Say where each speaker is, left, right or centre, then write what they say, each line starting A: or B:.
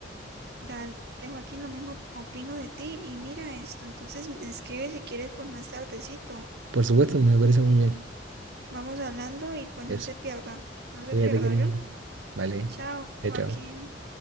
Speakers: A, on the right (about 55°); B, on the right (about 80°).
A: Dale, Joaquín, lo mismo opino de ti y mira esto, entonces me escribe si quieres pues más tardecito.
B: Por supuesto, me parece muy bien
A: Vamos hablando y pues
B: eso.
A: no se pierda, no se
B: Cuídate,
A: pierda
B: Karina.
A: yo.
B: Vale.
A: Chao,
B: Ya,
A: Joaquín.
B: chao.